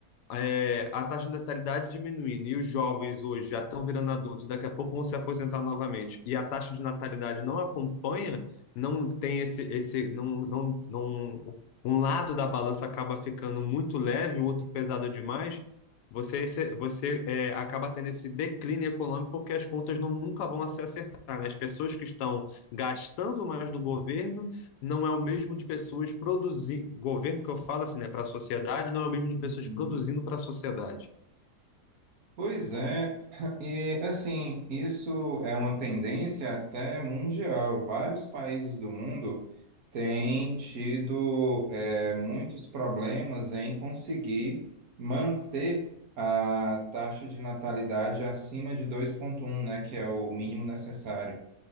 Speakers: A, on the left; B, on the right.
A: é, a taxa de natalidade diminuindo e os jovens hoje já estão virando adultos, daqui a pouco vão se aposentar novamente, e a taxa de natalidade não acompanha, não tem esse, esse não, não, não, um lado da balança acaba ficando muito leve, o outro pesado demais, você, você é, acaba tendo esse declínio econômico porque as contas não, nunca vão se acertar, né? As pessoas que estão gastando mais do governo não é o mesmo de pessoas produzindo. Governo que eu falo assim, né? Para a sociedade, não é o mesmo de pessoas
B: Uhum.
A: produzindo para a sociedade.
B: Pois é, e assim, isso é uma tendência até mundial. Vários países do mundo têm tido eh, muitos problemas em conseguir manter a taxa de natalidade acima de dois vírgula um né, que é o mínimo necessário.